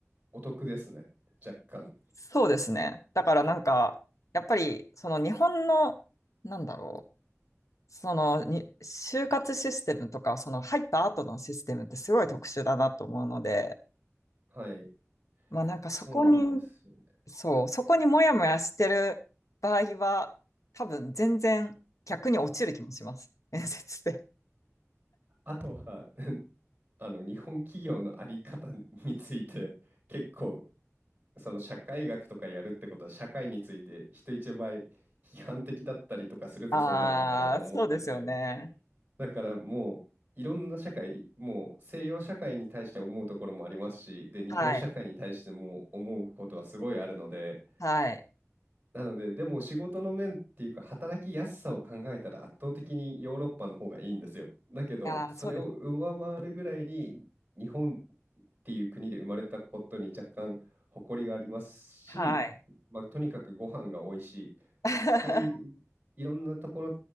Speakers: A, on the right; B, on the left.
A: お得ですね。若干。
B: そうですね。だからなんか、やっぱりその日本の、なんだろう、そのに就活システムとか、その入った後のシステムってすごい特殊だなと思うので、
A: はい。
B: まあなんかそこに
A: そうなんですよね。
B: そう、そこにもやもやしてる場合は、多分全然逆に落ちる気もします。<laughs> 面接で。
A: あとは、<laughs> あの、日本企業のあり方について、結構、その社会学とかやるってことは、社会について人一倍批判的だったりとかするとそうなるのかなと思ってて、
B: ああ、そうですよね。
A: だからもう、いろんな社会、もう西洋社会に対して思うところもありますし、で、日本社会に対しても思うことはすごいあるので、
B: はい。はい。
A: なので、でも仕事の面っていうか、働きやすさを考えたら圧倒的にヨーロッパの方がいいんですよ。だけど、
B: ああ、
A: それを上回るぐらいに、
B: そうです。
A: 日本っていう国で生まれたことに若干誇りがありますし、
B: はい。
A: まあ、とにかくご飯が美味しい。
B: <laughs>
A: 世界いろんなところ、